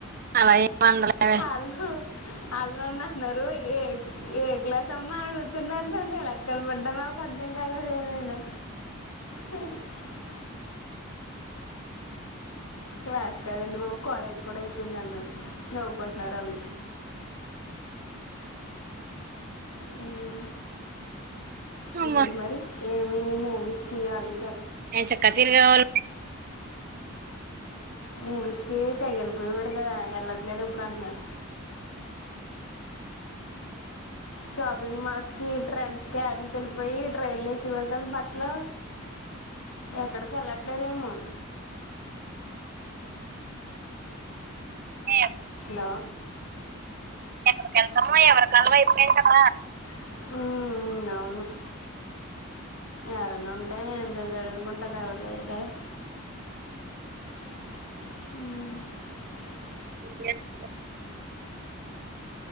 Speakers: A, on the right; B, on the left.
A: అలా ఏం ఉండదు లేవే
B: వాళ్ళు వాళ్ళు నన్ను అంటున్నారు ఏ, ఏ క్లాస్ అమ్మ అడుగుతున్నారు నన్ను నే అక్కన పడ్డా నాకు అర్థం కాలేద నేను హ <inaudible> క్లాస్ కా దండి బాబు, కాలేజ్ కూడా అయిపోయింది, నవ్వుకుంటున్నారు వాళ్ళు హమ్
A: అమ్మ
B: ఇంకేంటి మరి ఏం ఏమో, వీస్కి అది
A: ఎంచక్కా తిరిగే వాళ్ళు
B: మువిస్కి తెగలపు వర <unintelligible> కదా వెళ్ళట్లేదు ఇప్పుడు అంటున్నారు షాపింగ్ మాల్స్ కి ట్రెండ్స్ కి వాటి కి వెళ్ళిపోయి ట్రైల్ వేసేవారు కదా బట్టలు ఎక్కడికి వెళ్ళట్లేదేమో
A: ఏ
B: హెల్లొ
A: ఎక్కడికి వెళ్తాము ఎవరికి వాళ్ళం అయినం కదా
B: ఉమ్ ఉమ్ అవును ఎవరన్న ంటండు కొంటదావర్లేక <unintelligible> హమ్
A: <inaudible>